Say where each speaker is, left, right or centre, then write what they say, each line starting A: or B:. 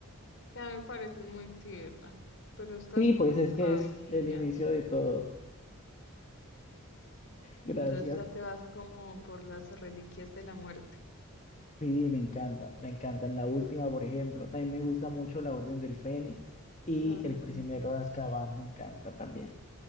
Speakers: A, on the left; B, on the left.
A: O sea, me parecen muy tiernas, pero estás
B: Sí,
A: joven
B: pues es
A: todavía.
B: que es el inicio de todo.
A: Entonces
B: Gracias.
A: ya te vas como por las reliquias de la muerte,
B: Sí, me encantan, me encantan. La última, por ejemplo, también me gusta mucho La Orden del Fénix y
A: la orden
B: El Prisionero
A: del Fénix.
B: de Azkaban, me encanta también.